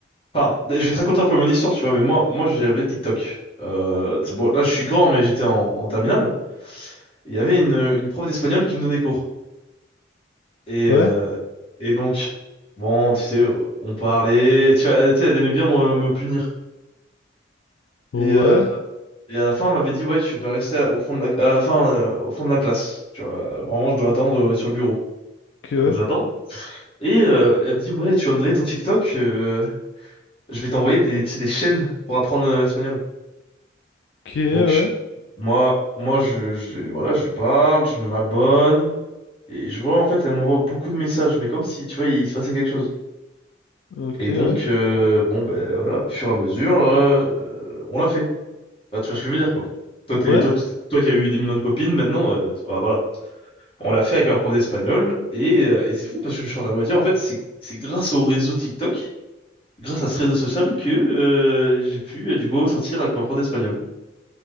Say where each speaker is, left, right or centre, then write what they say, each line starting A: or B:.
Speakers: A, on the left (about 30°); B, on the left (about 65°).
A: Enfin, je vais te raconter un peu mon histoire, tu vois, mais moi, moi j'avais TikTok. Euh, c'est bon, là, je suis grand, mais j'étais en, en terminale. Et Il y avait une, une prof d'espagnol qui me donnait cours. Et,
B: ouais,
A: euh, et donc, bon, tu sais, on parlait. Tu vois, elle, tu sais, elle aimait bien me, me punir.
B: ouais,
A: Et, euh, et à la fin, elle m'avait dit, ouais, tu vas rester au fond de la, à la fin, euh, au fond de la classe. Tu vois, vraiment, je dois attendre euh, sur le bureau.
B: ok, ouais,
A: Donc j'attends. Et euh, elle me dit, ouais, tu vas me donner ton TikTok, euh, je vais t'envoyer des, tu sais, des chaînes pour apprendre euh, l'espagnol.
B: ok, ouais,
A: Donc, moi, moi je, je, voilà, je lui parle, je m'abonne. Et je vois, en fait, elle m'envoie beaucoup de messages, mais comme si, tu vois, il se passait quelque chose.
B: ok,
A: Et
B: ouais,
A: donc, euh, bon, ben voilà, au fur et à mesure, euh, on l'a fait. Bah, tu vois ce que je veux dire, quoi. Toi,
B: ouais,
A: t'es, toi, tu- toi qui as eu des millions de copines, maintenant, euh, tu- bah, voilà. On l'a fait avec ma prof d'espagnol, et, euh, et c'est fou parce que je suis en train de me dire, en fait, c'est, c'est grâce au réseau TikTok, grâce à ce réseau social que euh, j'ai pu, euh, du coup, sortir avec ma prof d'espagnol.